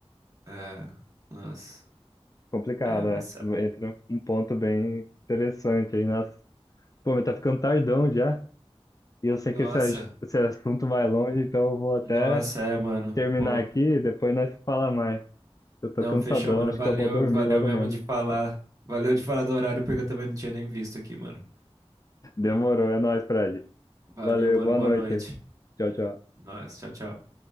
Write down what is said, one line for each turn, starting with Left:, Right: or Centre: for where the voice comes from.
Right: É, é, nossa.
Left: Complicado,
Right: É, vai
Left: é.
Right: saber.
Left: Entra um ponto bem interessante aí. Nossa, pô, mas tá ficando tardão já. E eu sei
Right: Nossa,
Left: que esse, esse assunto vai longe, então eu vou até
Right: nossa, é, mano.
Left: terminar
Right: Pô,
Left: aqui, depois nós fala mais. Eu tô
Right: não,
Left: cansadão,
Right: fechou, mano.
Left: acho
Right: Valeu,
Left: que eu vou dormir
Right: valeu
Left: logo
Right: mesmo
Left: menos.
Right: de falar. Valeu de falar do horário, porque eu também não tinha nem visto aqui, mano.
Left: Demorou, é nóis, Fred.
Right: Valeu,
Left: Valeu,
Right: mano.
Left: boa
Right: Boa
Left: noite.
Right: noite.
Left: Tchau, tchau.
Right: Nós, tchau, tchau.